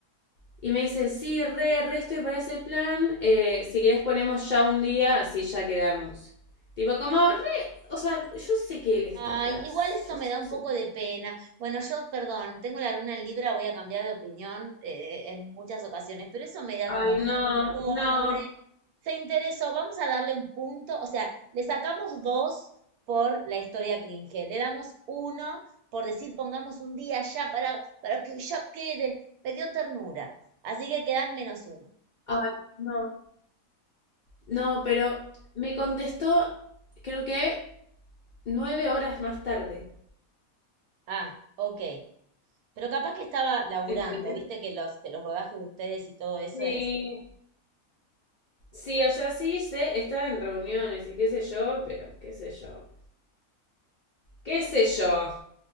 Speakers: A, on the left; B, on the right.
A: Y me dice, sí, re, re estoy para ese plan. eh, si querés ponemos ya un día, así ya quedamos. Tipo, como re, o sea, yo sé que él está
B: Ay,
A: atrás.
B: igual esto
A: Yo
B: me
A: sé.
B: da un poco de pena. Bueno, yo, perdón, tengo la luna en Libra, voy a cambiar de opinión eh, en muchas ocasiones, pero eso me da
A: Ay,
B: como
A: no,
B: Pobre,
A: no,
B: se interesó, vamos a darle un punto, o sea, le sacamos dos por la historia cringe, le damos uno por decir pongamos un día ya para, para que ya quede, me dio ternura, así que quedan menos uno.
A: ay, no. No, pero me contestó, creo que nueve horas más tarde.
B: Ah, ok, pero capaz que estaba laburando,
A: ¿Entendés?
B: viste que los, que los rodajes de ustedes y todo eso
A: Sí,
B: es...
A: sí, o sea, sí, sé, estaba en reuniones y qué sé yo, pero qué sé yo. ¿Qué sé yo?